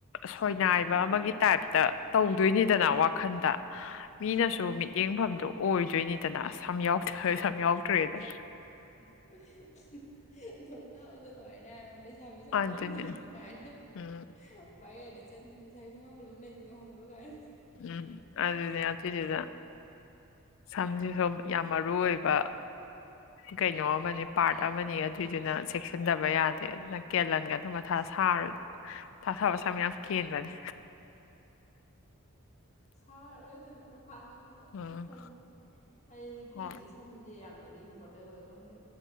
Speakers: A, on the left (about 60°); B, on the left (about 30°).
A: ꯁꯣꯏꯅꯥꯏꯕ
B: ꯍꯣ
A: ꯑꯃꯒꯤ ꯇꯥꯏꯞꯇ ꯇꯧꯗꯣꯏꯅꯤ ꯅ ꯋꯥꯈꯟꯗ ꯃꯤꯅꯁꯨ
B: ꯇꯧꯗꯣꯏꯅꯦ
A: ꯃꯤꯠꯌꯦꯡ ꯕꯝꯗꫭ ꯑꯣꯏꯗꯣꯏꯅꯤꯗꯅ ꯁꯝ ꯌꯥꯎ ꯁꯝ
B: ꯎꯝ
A: ꯌꯥꯎꯗ꯭ꯔꯦꯅ
B: <unintelligible> ꯅꯣꯛꯅꯕꯅ ꯂꯣꯏꯔꯅꯤ ꯍꯥꯏꯕ ꯂꯩꯁꯥꯕꯤ ꯁꯝ
A: ꯑꯗꯨꯅꯤ
B: ꯌꯥꯎꯗꯕꯗꯣ ꯀꯥꯏꯅ
A: ꯎꯝ
B: <unintelligible> ꯚꯥꯏꯔꯦꯜꯒ ꯆꯠꯅꯤ ꯂꯩꯁꯥꯕꯤ ꯁꯝ ꯌꯥꯎꯗꯕꯤ ꯑꯃ ꯂꯩꯞꯗꯣ ꯈꯪꯕ꯭ꯔꫭ ꯒꯥꯏꯅ
A: ꯎꯝ ꯑꯗꯨꯅꯦ ꯑꯗꯨꯗꯨꯅ ꯁꯝꯁꯤꯁꯨ ꯌꯥꯝ ꯃꯔꯨ ꯑꯣꯏꯕ ꯀꯩꯅꯣ ꯑꯃꯅꯤ ꯄꯥꯔꯠ ꯑꯃꯅꯤ ꯑꯗꯨꯏꯗꯨꯅ ꯆꯦꯛꯁꯟꯗꯕ ꯌꯥꯗꯦ ꯑꯗꯨꯅ ꯀꯦꯜꯂꯟꯒꯅꯨ ꯃꯊꯥ ꯁꯥꯔꯨꯅꯨ ꯃꯊꯥ ꯁꯥꯕ ꯁꯝ ꯌꯥꯝ ꯀꯦꯟꯕꯅꯤ
B: ꯁꯥꯔꯔꯣꯏꯗꯅ ꯃꯊꯥꯒ ꯑꯝꯇ
A: ꯎꯝ
B: ꯁꯝ ꯍꯥꯏꯗꯤ ꯅꯨꯄꯤꯒꯤꯗꯤ
A: ꯍꯣꯏ
B: ꯁꯝꯖꯦ ꯌꯥꯝꯅꯗꯤ ꯏꯝꯄꯣꯔꯇꯦꯟ ꯑꯣꯏꯀꯣ ꯍꯥꯏꯗꯤ